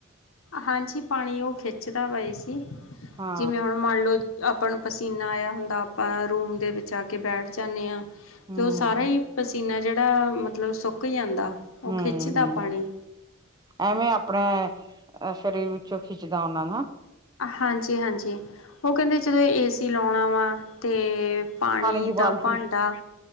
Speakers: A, on the left; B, on the right.
A: ਹਾਂਜੀ ਪਾਣੀ ਔ ਖਿੱਚਦਾ ਵਾ ਏਸੀ,
B: ਹਾਂ
A: ਜਿਵੇਂ ਹੁਣ ਮੰਨ ਲੋ ਆਪਾਂ ਨੂੰ ਪਸੀਨਾ ਆਇਆ ਹੁੰਦਾ, ਆਪਾਂ ਰੂਮ ਦੇ ਵਿੱਚ ਆ ਕੇ ਬੈਠ ਜਾਂਨੇ ਆਂ
B: ਹਮ
A: ਤੇ ਔ ਸਾਰਾ ਈ ਪਸੀਨਾ ਜੇੜਾ ਮਤਲਬ ਸੋਕ ਜਾਂਦਾ। ਉਹ
B: ਹੂੰ-ਹੂੰ।
A: ਖਿੱਚਦਾ ਪਾਣੀ
B: ਐਵੇਂ ਆਪਣੇ ਅ ਸਰੀਰ ਵਿੱਚੋਂ ਖਿੱਚਦਾ ਔਨਾਂ ਨੂੰ, ਹਾਂ।
A: ਹਾਂਜੀ-ਹਾਂਜੀ ਔ ਕੈਂਦੇ ਚਲੋ ਏਸੀ ਲੌਣਾ ਵਾ ਤੇ ਪਾਣੀ
B: ਦੀ
A: ਦਾ
B: ਬਾਲਟੀ
A: ਭਾਂਡਾ